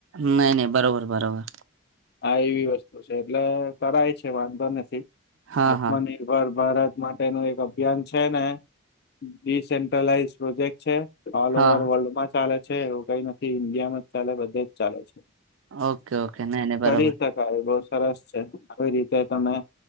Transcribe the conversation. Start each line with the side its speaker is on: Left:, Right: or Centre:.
Right: નહી નહી બરોબર બરોબર.
Left: આ એવી વસ્તુ એટલે કરાય છે વાંધો નથી
Right: હા
Left: આત્મનિર્ભર
Right: હા
Left: ભારત માટે ન એક અભિયાન છે ને ડીસેન્ટ્રલાઈઝ પ્રોજેક્ટ છે. ઓલ
Right: હા
Left: ઓવર વર્લ્ડ માં ચાલે છે એવું કઈ નથી ઈન્ડિયામાં જ ચાલે બધે જ ચાલે છે.
Right: ઓકે ઓકે નહી નહી
Left: કરી
Right: બરોબર
Left: શકાય બહ સરસ છે. આવી રીતે તમે